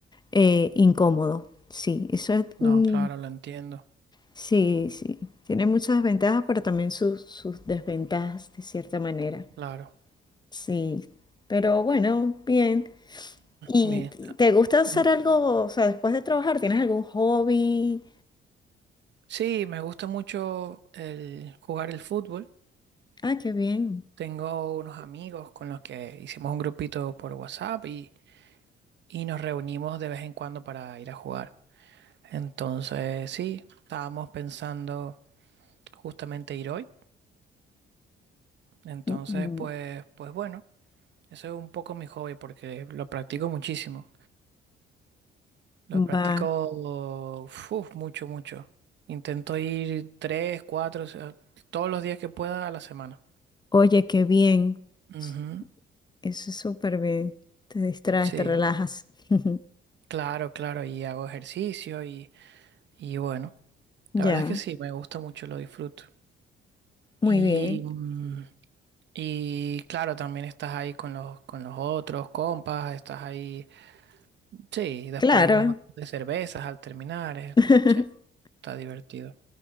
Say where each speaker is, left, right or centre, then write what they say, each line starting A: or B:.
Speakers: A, on the left; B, on the right.
A: eh, incómodo. Sí, eso es,
B: no,
A: mm,
B: claro, lo entiendo.
A: sí, sí, tiene muchas ventajas, pero también sus, sus desventajas de cierta manera.
B: Claro.
A: Sí, pero bueno, bien. ¿Y
B: Bien.
A: t- te gusta hacer
B: Ujú.
A: algo, o sea, después de trabajar, tienes algún hobby?
B: Sí, me gusta mucho el jugar el fútbol.
A: Ah, qué bien.
B: Tengo unos amigos con los que hicimos un grupito por WhatsApp y, y nos reunimos de vez en cuando para ir a jugar. Entonces, sí, estábamos pensando justamente ir hoy. Entonces,
A: Mm, mm,
B: pues, pues bueno, eso es un poco mi hobby porque lo practico muchísimo. Lo practico
A: Va,
B: uf, mucho, mucho. Intento ir tres, cuatro, o sea, todos los días que pueda a la semana.
A: oye, qué bien.
B: Ujú,
A: S- Eso es súper bien. Te distraes,
B: Sí,
A: te relajas. <laughs>
B: claro, claro, y hago ejercicio y, y bueno,
A: Ya,
B: la verdad es que sí, me gusta mucho, lo disfruto.
A: muy
B: Y,
A: bien.
B: mm, y claro, también estás ahí con los, con los otros compas, estás ahí, sí, y después
A: Claro.
B: nos vamos de cervezas al terminar, es-
A: <laughs>
B: sí, está divertido.